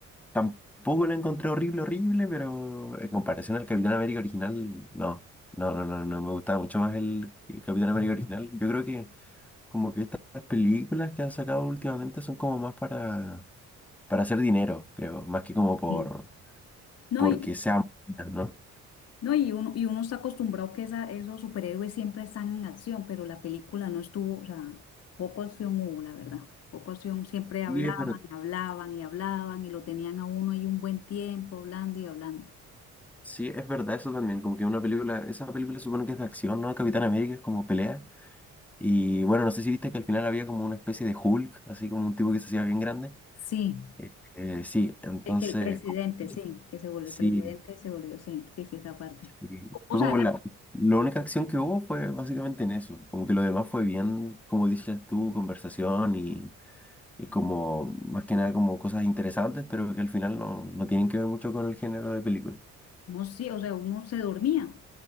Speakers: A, in the centre; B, on the left (about 55°).
A: Tampoco la encontré horrible, horrible, pero en comparación al Capitán América original, no. No, no, no, no me gustaba mucho más el Capitán América original. Yo creo que como que estas películas que han sacado últimamente son como más para, para hacer dinero, creo, más que como por
B: sí. No,
A: porque
B: y,
A: sean buenas, ¿no?
B: No, y uno, y uno está acostumbrado que esa, esos superhéroes siempre están en acción, pero la película no estuvo, o sea, poco acción hubo, la verdad. Poco acción, siempre hablaban,
A: Sí, es verdad.
B: hablaban y hablaban y lo tenían a uno ahí un buen tiempo hablando y hablando.
A: Sí, es verdad eso también, como que una película, esa película supongo que es de acción, ¿no? Capitán América es como pelea. Y bueno, no sé si viste que al final había como una especie de Hulk, así como un tipo que se hacía bien grande.
B: Sí,
A: Eh, eh, sí, entonces,
B: el que el presidente,
A: como-
B: sí, que se volvió
A: sí,
B: el presidente, se volvió, sí, sí, sí, esa parte.
A: sí,
B: O,
A: fue
B: o sea,
A: como
B: la-
A: la, la única acción que hubo fue básicamente en eso, como que lo demás fue bien, como dices tú, conversación y, y como, más que nada como cosas interesantes, pero que al final no, no tienen que ver mucho con el género de película.
B: no, sí, o sea, uno se dormía.